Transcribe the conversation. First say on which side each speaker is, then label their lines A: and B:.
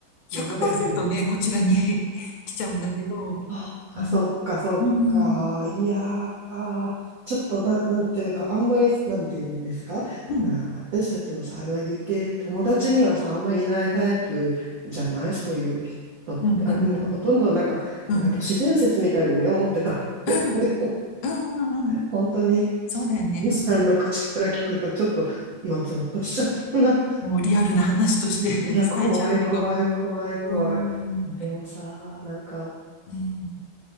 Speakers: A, on the left; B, on the right.
A: 100%
B: やばいね。
A: ね、こちらに <laughs> 来ちゃうんだけど、
B: あ、あそっか、
A: うん、
B: そっか。
A: うん、うん、
B: いやー、ちょっとな、なんていうか、あんまり、なんていうんですか。
A: うん、
B: な、私たちのさ、まあ、言うて、友達にはさ、あんまりいないタイプじゃないそういう人って。
A: うん、
B: あ、
A: うん、
B: なんかほとんどなんか、
A: うん、うん、
B: なんか都市伝説みたいにね、思ってたって。
A: うん、
B: <laughs> でも
A: うんうん
B: 本当に、ちょっと、
A: そうだよね、
B: 森さんの口から聞くと、
A: うん。
B: ちょっと、今、ゾッとしちゃったな。
A: もうリアルな話として <laughs>
B: いや、怖い、
A: 伝えちゃうけど、
B: 怖い、怖い、怖い。
A: うん。
B: いやでもさ、
A: う
B: なんか、
A: ん